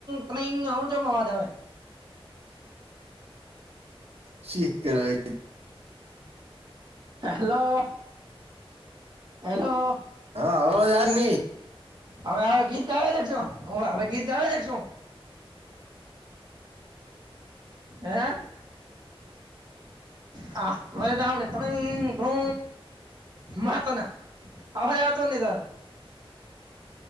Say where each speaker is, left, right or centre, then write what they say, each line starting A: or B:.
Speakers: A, on the right; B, on the right.
A: ત્રંગ આવું જમાવા દે હવે
B: શીખ કર એવ.
A: હેલો હેલો
B: હા હવાજાર નહી.
A: હવે હવે ગીત ગાવી લખશો હું હવે ગીત ગાવી લખ છું હે હ મરેદણે તણે બો મા તો ના હ હ આવતો ન તું